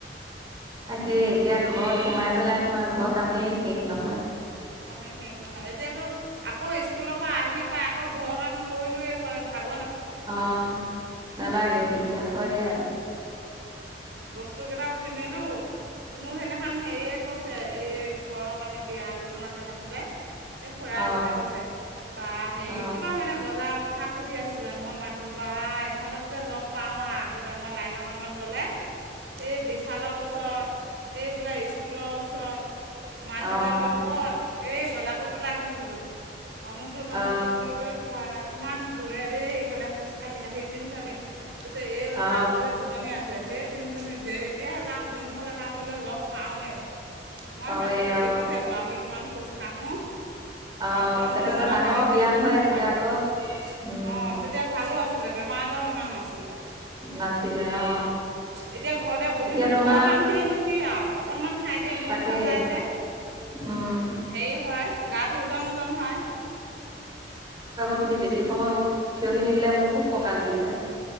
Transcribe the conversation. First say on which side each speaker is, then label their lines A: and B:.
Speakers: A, on the right (about 25°); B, on the right (about 80°).
A: তাকেই এতিয়া ঘৰত সোমাই পেলাই তোমাৰ ঘৰৰ কামেই শেষ নহয়।
B: কামেই শেষ নহয়। এতিয়াতো আকৌ স্কুলৰ পৰা আহি পাই আকৌ ঘৰৰ কাম কৰিলোৱে হয় ভাগ
A: অ নালাগে তেতিয়া, হয় দিয়া।
B: বস্তু কেইটাও কিনিলোঁ। মোক সেইদিনাখন হেৰিয়ে কৈছে। এই ঘৰৰ মানে বিয়া আলোচনা কৰি থাকোঁতে। এই খুৰা
A: অ
B: এজনে কৈছে বা হেৰি
A: অ অ
B: কিবা মানে বজাৰৰ কথা সুধি আছিলে। মই মাত দিলোঁ, বা ইহঁতক যে লগ পাওঁ আৰু আগতে মই লাইনৰ কামত গ'লে। এই বিচালৰ ওচৰত, এইবিলাক স্কুলৰ ওচৰত। মাত
A: অ অ
B: দিলে বোলে ক'ত? এই বজাৰ কৰিবলে আহিছিলোঁ। অমুকটো তমুকটো
A: অ
B: কৰি কৰি বা কিমান ঘূৰে। দেই ইহঁতে খোজ কাঢ়ি কাঢ়ি তিনজনী। কৈছে এই লগত
A: অ
B: আৰু বোলে দুজনী আছে। সেই তিনিজনি যে এতিয়াহে যাওঁ। যোনফালে যাওঁ বোলে লগ পাওঁৱেই। মই
A: পাৱে
B: সেইকাৰণে কৈছোঁ
A: অ
B: দেখিছে বোলো আমি কিমান খোজ কাঢ়ো। আমাক
A: অ
B: টমটমো
A: সেইটো এটা
B: নালাগে,
A: ডাঙৰ
B: টেম্পুও
A: ব্যায়াম হৈ আছিলে
B: নালাগে।
A: আকৌ উম
B: অ, তেতিয়া ভালো আছিলে। বেমাৰ আজাৰো ইমান নাছিলে।
A: নাছিলে অ
B: এতিয়া ঘৰতে বহি
A: এতিয়া
B: বহি,
A: তোমাৰ
B: ঘৰৰ কাম খিনিনো কি আৰু অকনমান ঠাইতে ঘূৰি
A: তাকে
B: ফুৰা যায় যে।
A: উম
B: হেৰি হয়, গাটো ওজন ওজন হয়।
A: কিন্তু বেছি সময় থিয় হৈ থাকিলে মোক খুব কঁকাল বিষায়।